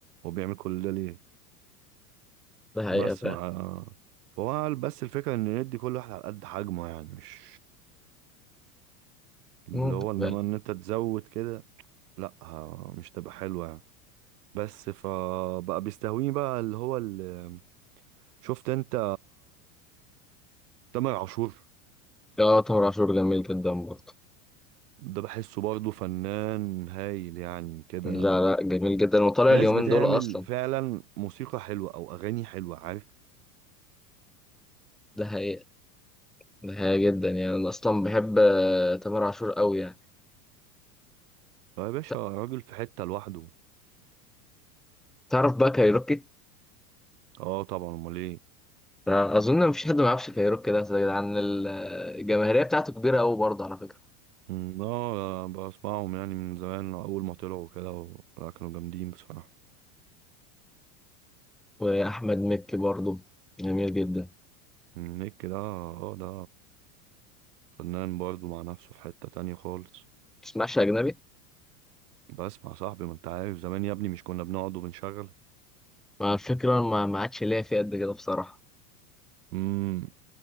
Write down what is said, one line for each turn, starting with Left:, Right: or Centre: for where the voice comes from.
Right: هو بيعمل كل ده ليه
Centre: ده حقيقة
Right: بس
Centre: فعلا
Right: مع فهو قال بس الفكره ان ندي كل واحد على قد حجمه يعني مش اللي
Centre: ممكن
Right: هو انما
Centre: فعلا
Right: ان انت تزود كده لا ه- مش تبقى حلوة يعني بس فبقى بيستهويني بقى اللي هو اللي شفت انت تامر عاشور
Centre: لا تامر عاشور جميل جدا برضه
Right: ده بحسه برضه فنان هايل يعني كده
Centre: لا لا جميل جدا وطالع
Right: ناس
Centre: اليومين
Right: بتعمل
Centre: دول أصلا
Right: فعلا موسيقى حلوة او اغاني حلوة عارف
Centre: ده حقيقة ده حقيقة جدا يعني أنا أصلا بحب آه، تامر عاشور قوي يعني
Right: يا باشا
Centre: ت-
Right: راجل في حتة لوحده
Centre: تعرف بقى كايروكي؟
Right: اه طبعا امال ايه
Centre: آه، أظن مفيش حد ما يعرفش كايروكي ده يا جدعان الجماهيرية بتاعته كبيرة قوي برضه على فكرة
Right: مم، اه بسمعهم يعني من زمان اول ما طلعوا كده و... لا كانوا جامدين بصراحة
Centre: واحمد مكي برضه جميل جدا
Right: مم، نيك ده اه ده فنان برضه مع نفسه في حتة تانية خالص
Centre: تسمعش اجنبي
Right: بسمع صاحبي ما انت عارف زمان يا ابني مش كنا بنقعد وبنشغل
Centre: مع الفكره ما ما عادش ليا فيه قد كده بصراحه
Right: امم